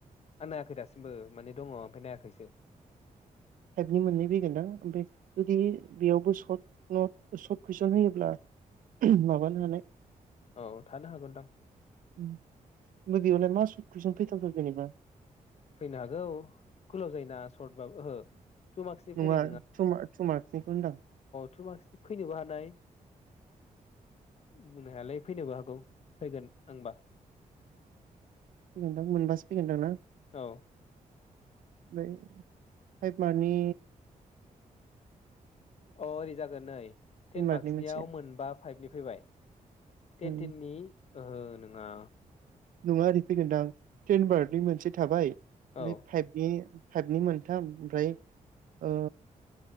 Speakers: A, on the left (about 50°); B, on the right (about 75°).
A: आ नायाखै दासिमबो माने दङ ओमफाय नायाखैसो
B: टाइपनि मोननै फैगोन दा ओमफाय जुदि बेयावबो सर्ट नट सर्ट कुइसन होयोब्ला ओहोम माबानो हानाय।
A: औ थानो हागौदां
B: ओमफाय बेयावलाय मा सर्ट कुइसन फैथाव <unintelligible> जेनबा।
A: फैनो हागौ गोलाव जायोना सर्टबाबो ओहो टु मार्क्सनि
B: नङा
A: फैनाय
B: टू मार टू मार्कनिखौ होनदां।
A: टू मार्कसनि फैनोबो हानाय। बुंनो हायालै फैनोबो हागौ। फैगोन आंबा।
B: फैगोनदां मोनबासो फैगोनदों ना?
A: औ।
B: ओमफाय फाइभ मारनि
A: अ ओरै जागोन नै टेन
B: मार्कनि
A: मार्कसनियाव
B: मोनसे
A: मोनबा फाइभनि फैबाय टेन
B: उम
A: टेननि ओहो नोङा।
B: नङा ओरै फैगोनदां टेन मार्कनि मोनसे थाबाय
A: औ
B: नै फाइभनि फाइभनि मोनथाम ओमफ्राय ओ